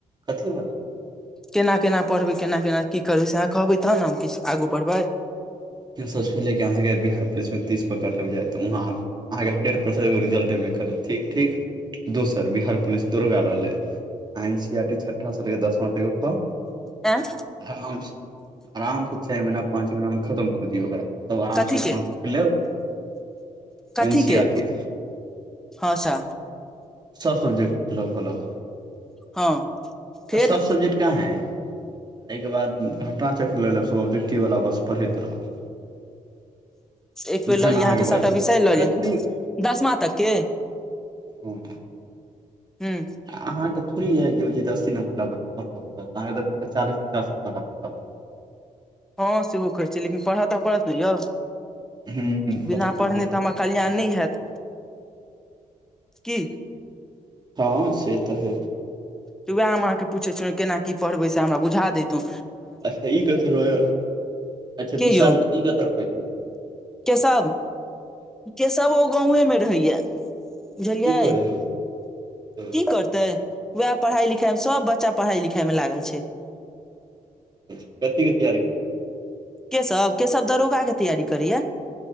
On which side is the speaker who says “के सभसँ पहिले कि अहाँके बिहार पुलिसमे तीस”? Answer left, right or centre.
Right